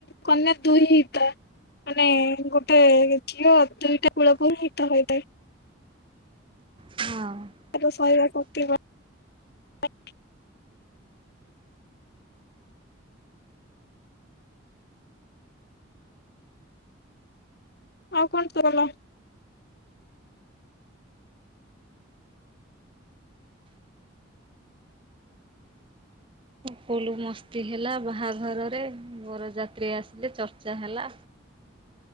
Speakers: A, on the left; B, on the right.
A: କନ୍ୟା ଦୁହିତା। ମାନେ ଗୋଟେ ଝିଅ ଦୁଇଟା କୂଳକୁ ହିଁ ଭଲ ହୋଇଥାଏ।
B: ହଁ ଆଉ
A: <unintelligible> ଆଉ କଣ ଟା ରହିଲା
B: ଫୁଲୁ ମସ୍ତି ହେଲା ବାହାଘରରେ ବରଯାତ୍ରୀ ଆସିଲେ ଚର୍ଚ୍ଚା ହେଲା